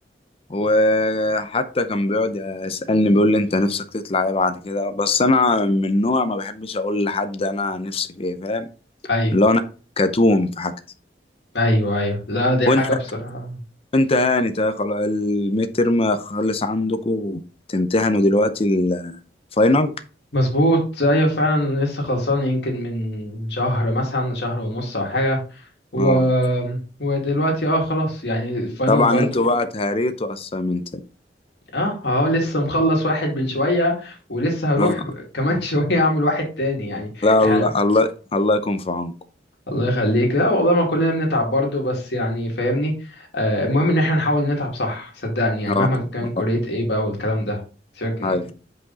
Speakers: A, on the left; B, on the left.
A: وحتى كان بيقعد يسألني بيقول لي انت نفسك تطلع ايه بعد كده بس انا من نوع ما بحبش اقول لحد انا نفسي في ايه فاهم
B: ايوه
A: اللي هو انا كتوم في حاجتي
B: ايوه ايوه لا دي
A: وانت
B: حاجه بصراحه
A: انت هاني تا- خلاص الميد ترم خلص عندكم تمتحنوا دلوقتي الفاينل
B: مظبوط ايوه فعلا لسه خلصان يمكن من شهر مثلا شهر ونص او حاجه و...
A: اه
B: ودلوقتي اه خلاص يعني الفاينل
A: طبعا
B: برضو
A: انتوا بقى تهاريتوا اسايمنت
B: اه اه لسه مخلص واحد من شويه ولسه هروح
A: اه
B: كمان <laughs> شويه اعمل واحد تاني يعني
A: لا
B: احنا
A: الله الله الله يكون في عونكم
B: الله يخليك لا والله ما كلنا بنتعب برضو بس يعني فاهمني آه المهم ان احنا نحاول نتعب صح صدقني يعني
A: اه
B: مهما كان كليه
A: اه
B: ايه بقى والكلام ده سيبك
A: هاي